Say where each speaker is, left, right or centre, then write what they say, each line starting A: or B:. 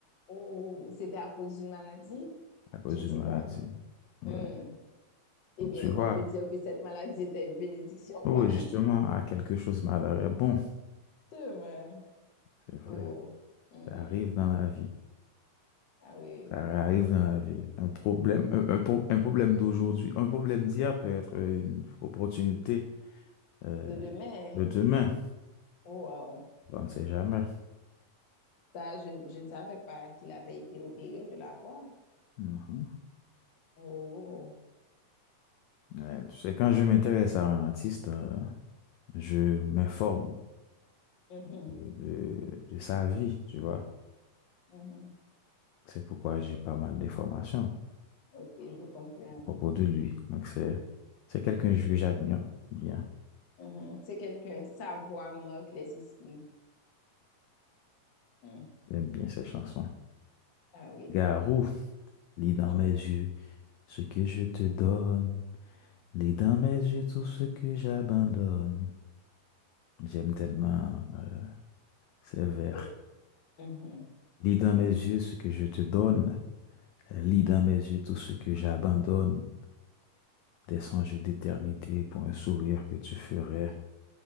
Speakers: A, on the left; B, on the left.
A: Oh, c'était à cause d'une maladie?
B: À cause
A: Je ne
B: d'une
A: sais
B: maladie.
A: pas.
B: Ouais.
A: Hmm.
B: Donc,
A: Eh bien,
B: tu vois,
A: on peut dire que cette maladie était une bénédiction,
B: oh
A: quoi.
B: oui,
A: <laughs>
B: justement, à quelque chose, malheur est bon.
A: Demain.
B: C'est vrai.
A: Oh. Mhm.
B: Ça arrive dans la vie.
A: Ah oui.
B: Ça arrive dans la vie. Un problème, un, un pro- un problème d'aujourd'hui, un problème d'hier peut être une opportunité euh,
A: De demain.
B: de demain.
A: Oh, wow.
B: On ne sait jamais.
A: Ça, je, ne- je ne savais pas qu'il avait été opéré de la voix.
B: Mhm.
A: Oh.
B: Ouais, tu sais, quand je m'intéresse à un artiste, euh, je m'informe
A: Mhm.
B: de, de- de sa vie, tu vois.
A: Mhm.
B: C'est pourquoi j'ai pas mal d'informations
A: Ok, je comprends.
B: à propos de lui. Donc, c'est, c'est quelqu'un que j'admire bien.
A: Mhm. C'est quelqu'un, sa voix marque les esprits. Mhm.
B: J'aime bien ses chansons.
A: Ah oui.
B: Garou, lis dans
A: Mhm.
B: mes yeux ce que je te donne. Lis dans mes yeux tout ce que j'abandonne. J'aime tellement euh, ces vers.
A: Oh, mhm.
B: Lis dans mes yeux ce que je te donne. Lis dans mes yeux tout ce que j'abandonne. des songes d'éternité pour un sourire que tu ferais,